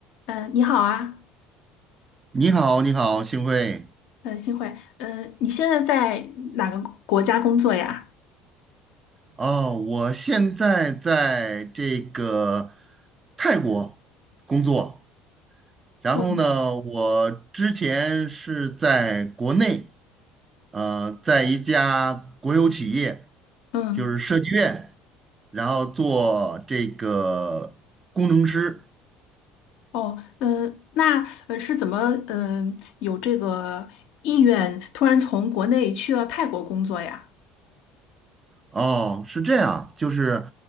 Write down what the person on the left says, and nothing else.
嗯，呃你好啊，
嗯，幸会，嗯，你现在在哪个国家工作呀？
哦，
嗯，
哦，嗯，那呃是怎么，嗯，有这个意愿突然从国内去了泰国工作呀？